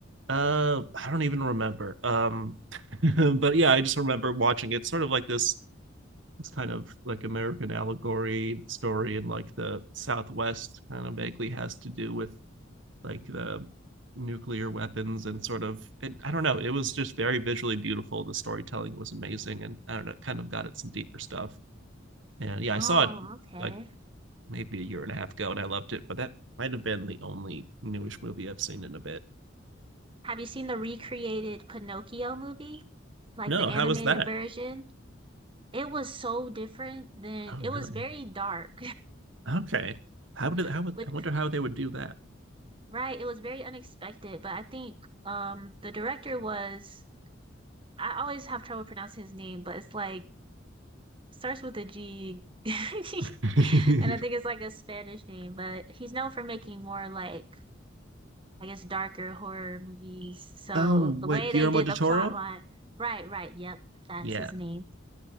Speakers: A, on the right; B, on the right.
A: Uh, I don't even remember. Um, <laughs> but yeah, I just remember watching it. Sort of like this this kind of like American allegory story, and like the Southwest kind of vaguely has to do with like the nuclear weapons and sort of it, I don't know. It was just very visually beautiful. The storytelling was amazing, and I don't know, kind of got at some deeper stuff. And yeah,
B: Oh,
A: I saw it
B: okay.
A: like maybe a year and a half ago, and I loved it. But that might have been the only newish movie I've seen in a bit.
B: Have you seen the recreated Pinocchio movie? Like
A: No,
B: the animated
A: how was that?
B: version? It was so different than
A: Oh,
B: it was
A: really?
B: very dark.
A: Okay. How did
B: <laughs>
A: how would
B: With
A: I wonder how they would do that?
B: right, it was very unexpected, but I think um the director was I always have trouble pronouncing his name, but it's like starts with a G. <laughs>
A: <laughs>
B: And I think it's like a Spanish name, but he's known for making more like I guess darker horror movies. So
A: oh,
B: the
A: wait,
B: way
A: Guillermo
B: they did
A: del
B: the
A: Toro?
B: plot line, right, right, yep, that's
A: Yeah.
B: his name.